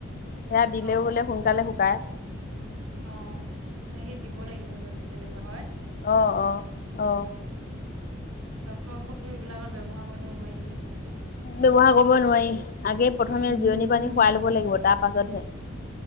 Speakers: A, on the left; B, on the right.
A: সেয়া দিলেও
B: অ
A: বোলে সোনকালে শুকাই।
B: অ' তেনেকে দিব লাগিব যদি তেনেকুৱা হয়।
A: অ' অ' অ'।
B: ডক্তৰৰ ঔষধটো সেইবিলাকত ব্যৱহাৰ কৰিব নোৱাৰিয়ে।
A: ব্যৱহাৰ কৰিব নোৱাৰি আগে প্ৰথমে
B: উম
A: জোৰণি পানী খুৱাই ল'ব লাগিব তাৰ পাছতহে।